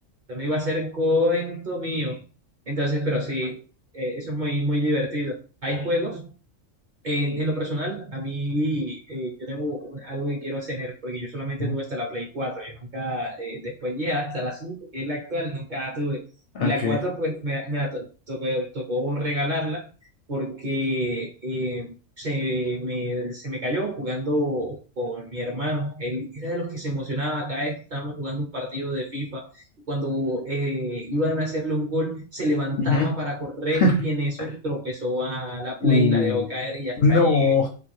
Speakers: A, on the right (about 50°); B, on the left (about 60°).
A: no me iba a ser cuento mío, entonces, pero sí, eh, eso es muy, muy divertido. Hay juegos en, en lo personal, a mí eh, yo tengo un- algo que quiero hacer, porque yo solamente
B: <laughs> Ya,
A: tuve hasta la Play 4 yo nunca, eh, después llegué hasta la 5 que es la actual, nunca la tuve. Y
B: Ok.
A: la 4 pues me, la- me la to- tocó, tocó regalarla porque eh, se, me, se me cayó jugando con mi hermano. Él era de los que se emocionaba cada vez que estábamos jugando un partido de FIFA cuando eh, iban a hacerle un gol, se levantaba
B: Ujú.
A: para correr
B: <laughs>
A: y en eso tropezó a la
B: Uh,
A: play y la dejó caer y hasta
B: no.
A: allí